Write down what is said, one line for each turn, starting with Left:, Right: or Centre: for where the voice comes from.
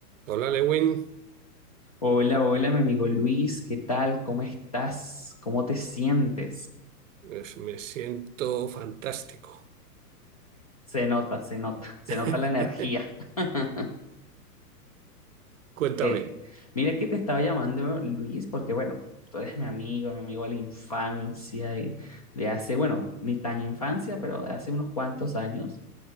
Right: Hola, Lewin.
Left: Hola, hola, mi amigo Luis, ¿qué tal? ¿Cómo estás? ¿Cómo te sientes?
Right: Pues me siento fantástico.
Left: Se nota, se nota, <laughs> se
Right: <laughs>
Left: nota la energía. <laughs>
Right: Cuéntame.
Left: Que, mira que te estaba llamando Luis porque, bueno, tú eres mi amigo, mi amigo de la infancia, y de hace, bueno, ni tan infancia, pero de hace unos cuantos años.